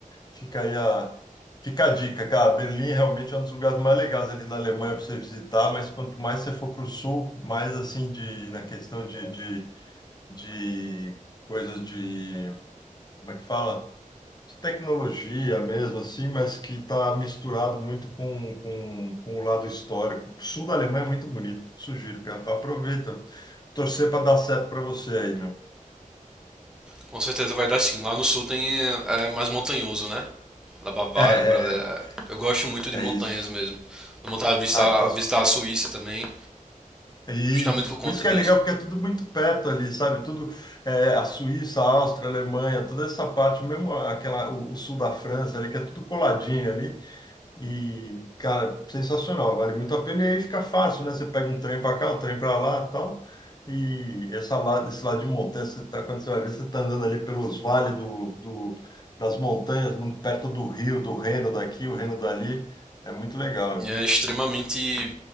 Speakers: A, on the left; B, in the centre.
A: Fica aí a, fica a dica, cara. Berlim realmente é um dos lugares mais legais ali na Alemanha para você visitar, mas quanto mais você for para o sul, mais assim de, na questão de, de, de coisas de como é que fala? De tecnologia mesmo, assim, mas que está misturado muito com, com, com o lado histórico. O sul da Alemanha é muito bonito, sugiro, cara. então Aproveita, torcer para dar certo para você aí, meu.
B: Com certeza vai dar sim. Lá no sul tem é é mais montanhoso, né? Da Bavária,
A: É, é,
B: por ali. é. Eu gosto muito de
A: é
B: montanhas
A: isso.
B: mesmo. Tenho vontade de visitar,
A: Ah, então.
B: visitar a Suíça também,
A: É isso.
B: justamente por conta
A: Por isso que
B: disso.
A: é legal, porque é tudo muito perto ali, sabe? Tudo, é, a Suíça, a Áustria, a Alemanha, toda essa parte, mesmo aquela, o, o sul da França ali, que é tudo coladinho ali. E, cara, sensacional, vale muito a pena. E aí fica fácil, né? Você pega um trem para cá, um trem para lá e tal. E essa lado, esse lado de montanha, você tá, quando você vai ver, você tá andando ali pelos vales do, do, das montanhas, num- perto do rio, do Reno daqui, o Reno dali. É muito legal,
B: E
A: viu?
B: é extremamente